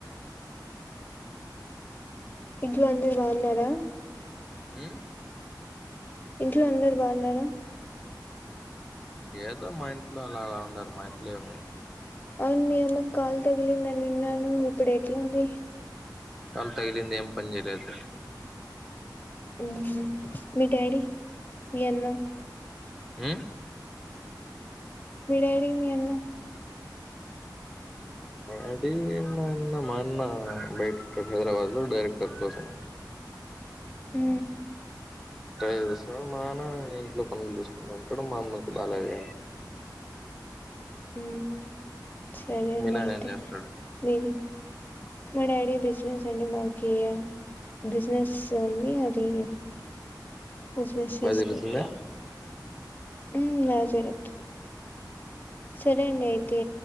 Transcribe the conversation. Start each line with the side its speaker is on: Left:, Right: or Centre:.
Left: ఇంట్లో అందరూ బావున్నారా?
Centre: మ్
Left: ఇంట్లో అందరూ బావున్నారా
Centre: ఏదో మా ఇంట్లో అలా అలా ఉన్నారు మా ఇంట్లో ఏమి
Left: అవున్ మీ అమ్మక్ కాల్ తగిలిందని విన్నాను ఇప్పుడు ఎట్లుంది.
Centre: కాల్ తగిలింది ఏం పన్ చేయలేదు
Left: మ్ హ్ మీ డాడీ మీ అన్నా
Centre: మ్
Left: మీ డాడీ మీ అన్నా
Centre: మా డాడీ మా అన్నా బయటిక్ హైదరాబాద్లో డైరెక్టర్ కోసం
Left: మ్
Centre: ట్రై చేస్తున్నడ్ మా అన్న ఇంట్లో పనుల్ చూస్కుంటా ఉంటడు. మా అమ్మకు బాగా <inaudible>
Left: ఉమ్ సరే అండి
Centre: మీ నాన్న
Left: అయితే
Centre: ఏం చేస్తాడు
Left: మీరు మా డాడీ బిజినెస్ అండి మాకి బిజినస్ ఉంది అది బిజినెస్ చేస్కుంటే
Centre: బాగా తెలుస్తుందా
Left: మ్ బా జరుగుతుంద్ సరే అండి అయితే